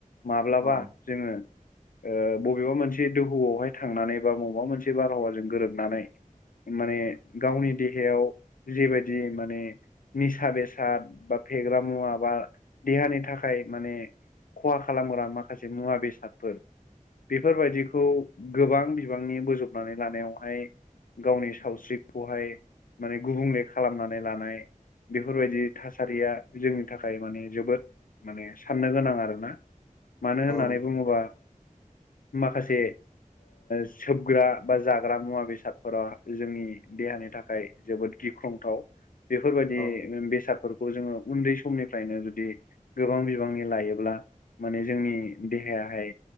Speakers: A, on the left; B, on the left.
A: माब्लाबा
B: औ
A: जोङो ओ बबेबा मोनसे दोहौआवहाय थांनानै बा मबा मोनसे बारहावाजों गोरोबनानै माने गावनि देहायाव जेबायदि माने निसा बेसाद बा फेग्रा मुवा बा देहानि थाखाय माने खहा खालामग्रा माखासे मुवा बेसादफोर बेफोरबायदिखौ गोबां बिबांनि बोजबनानै लानायावहाय गावनि सावस्रिखौहाय माने गुबुंले खालामनानै लानाय बेफोरबायदि थासारिया जोंनि थाखाय माने जोबोद माने साननो गोनां आरोना मानो
B: औ
A: होननानै बुङोबा माखासे सोबग्रा बा जाग्रा मुवा बेसादफोराव जोंनि देहानि थाखाय जोबोद गिख्रंथाव बेफोरबायदि
B: औ
A: बेसाद फोरखौ जोङो उन्दै समनिफ्रायनो जुदि गोबां बिबांनि लायोब्ला माने जोंनि देहायाहाय